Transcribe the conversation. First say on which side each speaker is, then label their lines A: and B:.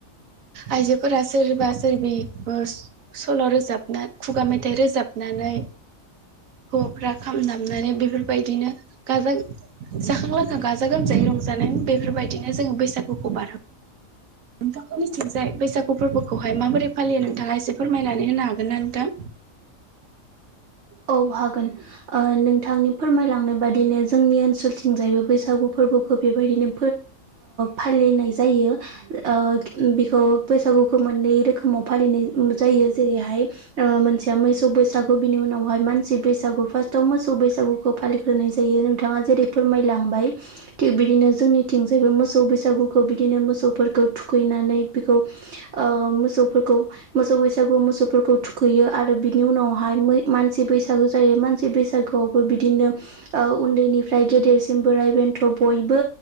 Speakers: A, on the right (about 75°); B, on the right (about 60°).
A: आइजोफोरा सोरबा सोरबि सल' रोजाब ना खुगा मेथाइ रोजाबनानै हौवाफ्रा खाम दामनानै बेफोरबायदिनो गाजा जाखां लोंखां गाजा जा गोमजायै रंजानाय बेफोरबायदिनो जोङो बैसागुखौ बारहो बेनिथिंजाय बैसागु फोरबोखौहाय माबोरै फालियो नोंथाङा एसे फोरमायनानै होनो हागोन ना नोंथां
B: औ हागोन ओ नोंथांनि फोरमायलांनाय बादिनो जोंनि ओनसोलथिंजायबो बैसागु फोरबोखौ बेबायदिनो फालिनाय जायो ओ बेखौ बैसाग गुखौ मोननै रोखोमाव फालिनाय जायो जेरैहाय मोनसे मैसौ बैसागु बिनि उनावहाय मानसि बैसागु फार्स्टयाव मोसौ बैसागुखौ फालिग्रोनाय जायो नोंथाङा जेरै फोरमायलाङो बिदिनो जोंनिथिं मोसौ बैसागुखौ बिदिनो मोसौ फोरखौ थुखैनानै बेखौ ओ मोसौफोरखौ मोसौ बैसागु मोसौफोरखौ थुखैयो यो आरो बिनि उनाव मानसि बैसागु जायो मानसि बैसागुयावबो बिदिनो उनदैनिफ्राय गेदेरसिम बोराय बेनथ' बयबो